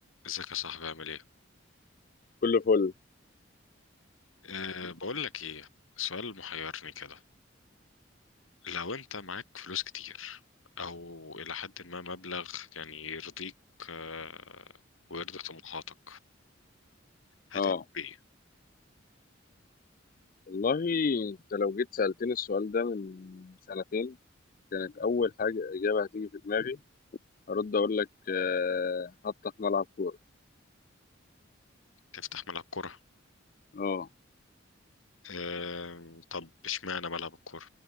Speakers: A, on the left; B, on the left.
A: ازيك يا صاحبي عامل ايه؟
B: كله فل
A: أه بقول لك ايه سؤال محيرني كده لو انت معاك فلوس كتير او الى حد ما مبلغ يعني يرضيك أه ويرضي طموحاتك هتعمل
B: اه
A: ايه؟
B: والله انت لو جيت سألتني السؤال ده من سنتين كانت أول حاجة إجابة هتيجي في دماغي هرد أقول لك آه، حتى في ملعب كورة
A: تفتح ملعب كورة؟
B: اه
A: أه طب اشمعنى ملعب الكورة؟